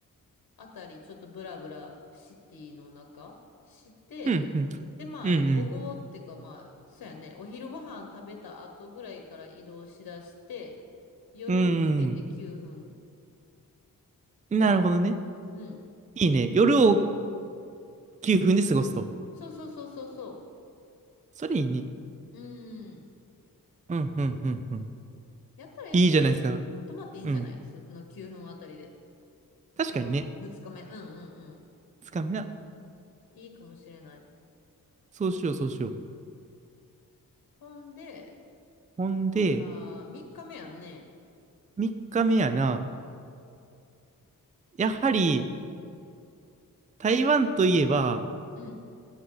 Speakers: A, on the left (about 80°); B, on the right (about 20°).
A: あたりちょっとブラブラシティの中して、
B: うん。うん。
A: で、まあ、
B: うん。
A: 午後っていうかまあ、そうやね、お昼ご飯食べた後ぐらいから移動しだして、夜に向けて9分
B: うーん。なるほどね。
A: とない。うん。
B: いいね。夜を9分で過ごすと。
A: そうそうそうそうそ
B: それいいね。
A: う。うん。
B: うん、うん、うん、うん。
A: やったらやっぱり
B: いいじゃないですか。
A: 泊まっていいんじゃないその9分あたりで。
B: うん。確かにね。
A: その2日目。うんうんうん。
B: つかみな。
A: いいかもしれない。
B: そうしよう、そうしよう。
A: ほんで、
B: ほんで、
A: ほんなら3日目やんね。
B: 3日目やな。やはり、台湾といえば、
A: うん。